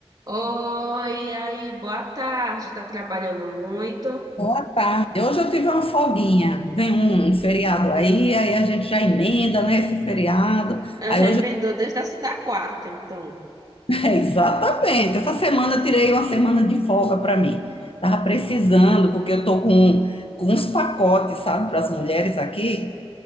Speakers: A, on the right (about 40°); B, on the left (about 60°).
A: Oi, aí, boa tarde. Tá trabalhando muito?
B: Boa tarde. Hoje eu tive uma folguinha. Vem um, um feriado aí, aí a gente já emenda, né, esse feriado.
A: Eu
B: Aí
A: já
B: hoje,
A: emendou desde a da quarta, então.
B: <laughs> é, exatamente. Essa semana eu tirei uma semana de folga para mim. Tava precisando, porque eu tô com, com uns pacotes, sabe, para as mulheres aqui,